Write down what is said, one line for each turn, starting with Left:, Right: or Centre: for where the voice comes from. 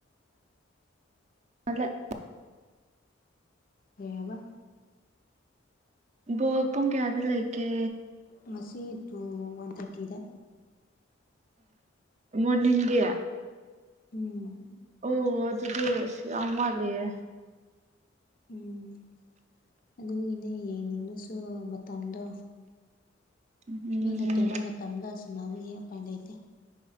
Right: ꯑꯂꯦ
Left: ꯀꯩꯍꯥꯏꯕ
Right: ꯕꯣꯜ ꯄꯨꯡ ꯀꯌꯥꯗ ꯂꯩꯒꯦ
Left: ꯉꯁꯤ ꯗꯨ ꯋꯥꯟ ꯊꯥꯔꯇꯤꯗ
Right: ꯑ ꯃꯣꯔꯅꯤꯡꯒꯤ
Left: ꯎꯝ
Right: ꯑꯣ ꯑꯗꯨꯗꯤ ꯑꯁ ꯌꯥꯝ ꯋꯥꯠꯂꯤꯌꯦ
Left: ꯎꯝ ꯑꯗꯨꯒꯤꯅꯦ ꯌꯦꯡꯅꯤꯡꯉꯁꯨ ꯃꯇꯝꯗꯣ
Right: ꯎꯝ
Left: ꯃꯤꯅ ꯇꯨꯝꯕ ꯃꯇꯝꯗ ꯁꯥꯟꯅꯕꯒꯤ ꯎꯄꯥꯏ ꯂꯩꯇꯦ